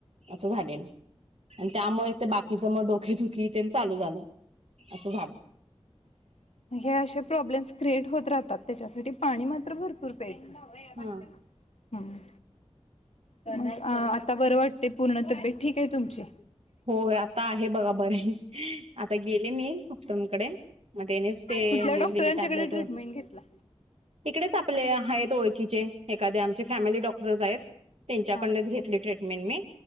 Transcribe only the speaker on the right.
असं झालेलं आणि त्यामुळेच तर बाकीच मग डोके दुखी त्यांना चालू झालं असं झालं
हा
होय आता आहे बघा बरी आता गेले मी डॉक्टरानकडे मग त्यानेच ते
लिहून
दिले टॅब्लेट
इकडेच आपले आहेत ओळखीचे एखादे आमचे फॅमिली डॉक्टर्स आहेत. त्यांच्याकडनच
घेतली ट्रेंटमेन्ट मी